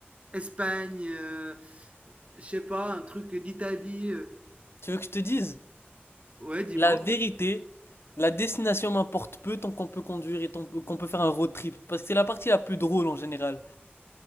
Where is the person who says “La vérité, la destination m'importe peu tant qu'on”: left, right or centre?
Left